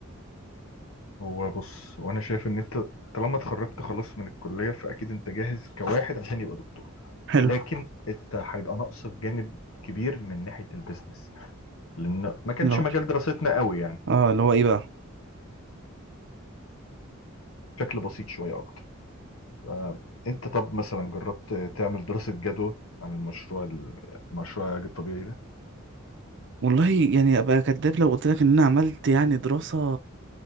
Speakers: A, on the left; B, on the right.
A: هو بص وانا شايف ان انت طالما اتخرجت خلاص من الكليه فاكيد انت جاهز كواحد عشان يبقى دكتور
B: حلو
A: لكن انت هيبقى ناقصك جانب كبير من ناحيه البيزنس لان ما كانش
B: لا
A: مجال دراستنا قوي يعني
B: اه اللي هو ايه بقى
A: بشكل بسيط شويه اكتر آه، انت طب مثلا جربت تعمل دراسه جدوى عن المشروع المشروع العلاج الطبيعي ده
B: والله يعني ابقى كداب لو قلت لك ان انا عملت يعني دراسة